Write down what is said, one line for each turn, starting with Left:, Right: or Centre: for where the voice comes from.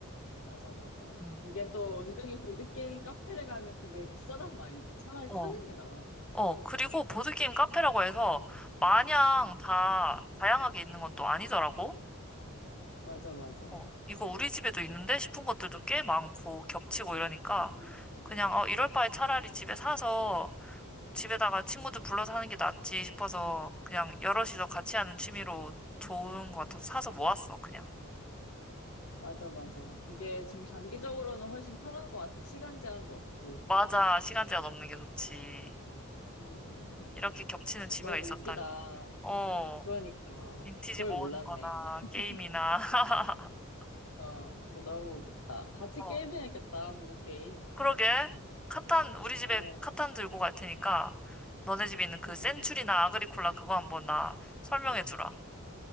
Left: 맞아, 맞아.
Centre: 음.
Left: 이게 또 은근히 보드게임 카페를 가면 그게 비싸단 말이지. 차라리
Centre: 어,
Left: 사는 게 나아.
Centre: 어. 그리고 보드게임 카페라고 해서 마냥 다 다양하게 있는 건 또 아니더라고.
Left: 맞아, 맞아.
Centre: 어, 이거 우리 집에도 있는데 싶은 것들도 꽤 많고 겹치고 이러니까
Left: 음, 음,
Centre: 그냥
Left: 음. 음.
Centre: 어, 이럴 바에 차라리 집에 사서 집에다가 친구들 불러서 하는 게 낫지 싶어서 그냥 여럿이서 같이 하는 취미로 좋은 것 같아서 사서 모았어, 그냥.
Left: 맞아, 맞아. 그게 참 장기적으로는 훨씬 편한 것 같아. 시간 제한도 없고.
Centre: 맞아. 시간 제한 없는 게 좋지.
Left: 음, 음,
Centre: 이렇게
Left: 음.
Centre: 겹치는 취미가
Left: 너무
Centre: 있었다니.
Left: 웃기다.
Centre: 어,
Left: 그러니까.
Centre: 빈티지
Left: 그걸
Centre: 모으는
Left: 몰랐네.
Centre: 거나
Left: <laughs>
Centre: 게임이나. <laughs>
Left: 어, 그러니까 너무 웃기다. 같이
Centre: 어,
Left: 게임해야겠다, 보드게임.
Centre: 그러게. 카탄, 우리 집에
Left: 어,
Centre: 카탄 들고 갈 테니까 너네 집에 있는 그
Left: 음,
Centre: 센츄리나
Left: 음.
Centre: 아그리콜라 그거 한번 나 설명해 주라.